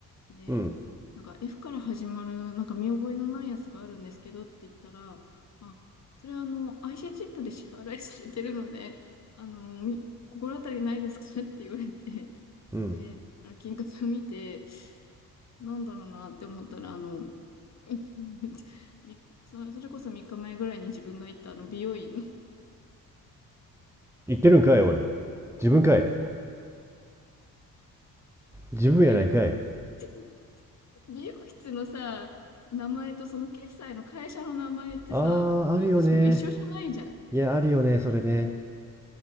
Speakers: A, on the left; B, in the centre.
A: で、
B: うん。
A: なんか F から始まる、なんか見覚えのないやつがあるんですけどって言ったら、あ、それはあの、IC チップで支払いされてるので、あの、み、心当たりないですか <laughs> って言われて、
B: うん。
A: で、あの金額見て、なんだろうなって思ったら、あの、<laughs> みそれ、それこそ3日前ぐらいに自分が行ったあの美容院の、
B: 言ってるんかい、おい。自分かい。自分やないかい。
A: え、なんか、<laughs> 美容室のさ、名前とその決済の会社の名前ってさ、
B: ああ、
A: 必ずしも一緒じゃないじゃん。
B: あるよね。いや、あるよね、
A: そ
B: それね。